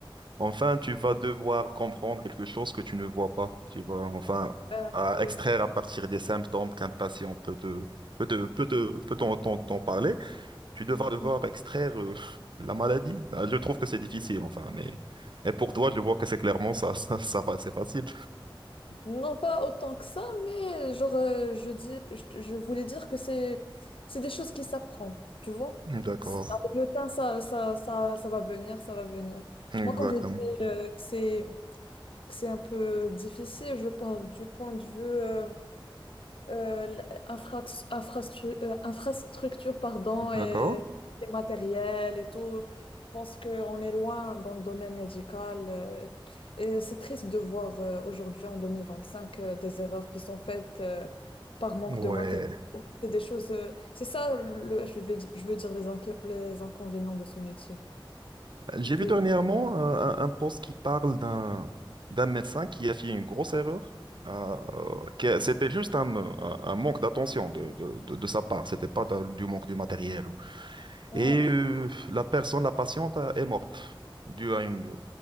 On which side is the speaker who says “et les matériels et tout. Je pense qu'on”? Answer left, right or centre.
Left